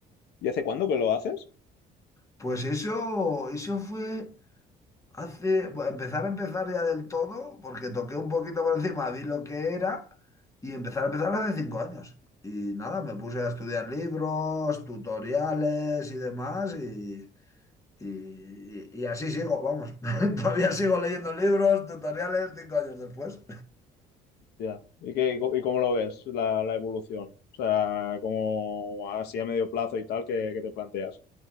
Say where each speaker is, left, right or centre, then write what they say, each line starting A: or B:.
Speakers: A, on the left; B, on the left.
A: ¿Y hace cuándo que lo haces?
B: Pues eso, eso fue hace, bueno, empezar a empezar ya del todo, porque toqué un poquito por encima, vi lo que era y empezar a empezar hace cinco años. Y nada, me puse a estudiar libros, tutoriales y demás y, y, y así sigo, vamos, <laughs> todavía sigo leyendo libros, tutoriales cinco años después.
A: Ya. ¿Y qué, y cómo lo ves la, la evolución? O sea, como así a medio plazo y tal que, que te planteas.